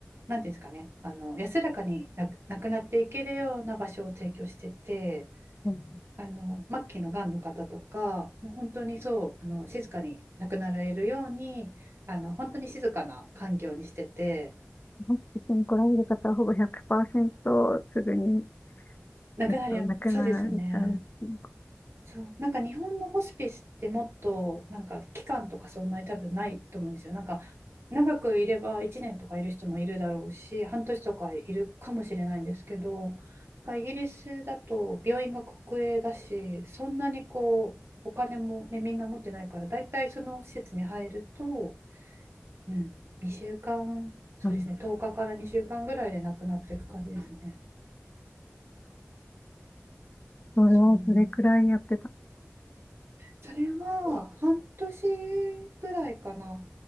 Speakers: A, on the right; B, on the left.
A: 何ていうんですかねあの安らかにな亡くなっていけるような場所を提供してて。
B: うん
A: あの末期のがんの方とかもう本当にそうあの静かに亡くなられるようにあの本当に静かな環境にしてて
B: ホスピスに来られる方はほぼ100%すぐに、
A: 亡くなりそうですね
B: えっと、亡くなっちゃうっていうこ
A: そう、なんか日本のホスピスってもっとなんか期間とかそんなに多分ないと思うんですよ。なんか長くいれば1年とかいる人もいるだろうし、半年とかいるかもしれないんですけど、なんかイギリスだと病院が国営だし、そんなにこうお金もね、みんな持ってないから、だいたいその施設に入ると、うん、2週間、そうですね、
B: と。
A: 10日かから2週間ぐらいで亡くなっていく感じですね。
B: それはそれくらいやってた。
A: そう。それは半年ぐらいかな。